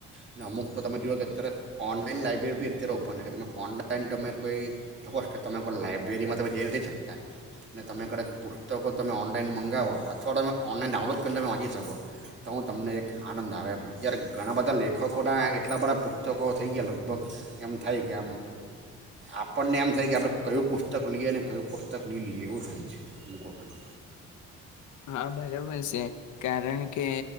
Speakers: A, on the right; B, on the left.
A: અને અમુક તો તમે જુઓ કે અત્યારે ઓનલાઈન લાયબ્રેરી બી અત્યારે ઓપન હોય કે તમે ઓનલાઈન તમે જોઈ શકો છો કે તમે કોઈ લાય રીમાં તમે જઈ નથી શકતા ને તમે કડાચ પુસ્તકો તમે ઓનલાઈન મંગાવો અથવા તો તમે ઓનલાઈન ડાઉનલોડ કરીને તમે વાંચી શકો તો હું તમને એક આનંદ આવે એમ જ્યારે ઘણા બધા લેખકોના એટલા બધા પુસ્તકો થઈ ગયા લગભગ એમ થાય કે આમ આપણને એમ થાય કે આપણે કયું પુસ્ત પુસ્તક લઈએ અને કયું પુસ્તક નઈ લઈએ એવું થાય છે અમુક વખત
B: હા બરોબર છે. કારણ કે